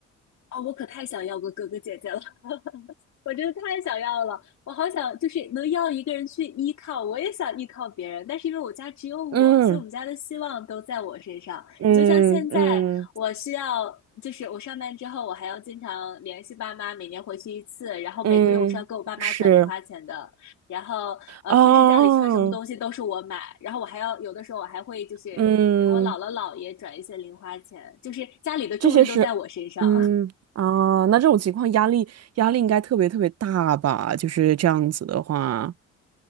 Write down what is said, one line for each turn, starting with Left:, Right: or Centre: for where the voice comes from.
Left: 哦，我可太想要个哥哥姐姐了。我真的太想要了，我好想就是能要一个人去依靠，我也想依靠别人，但是因为我家只有我，
Right: 嗯
Left: 所以我们家的希望都在我身上。
Right: 嗯嗯
Left: 你就像现在，我需要就是我上班之后，我还要经常联系爸妈，每年回去一次，然后每个月我是要给我爸妈转零花钱的，
Right: 嗯，是。
Left: 然后呃平时家里缺什么东西都是我买，
Right: 哦，
Left: 然后我还要有的时候我还会就是
Right: 嗯，
Left: 给我姥姥姥爷转一些零花钱，就是家里的重任都在我身上。
Right: 这些是，嗯啊，那这种情况压力压力应该特别特别大吧？就是这样子的话，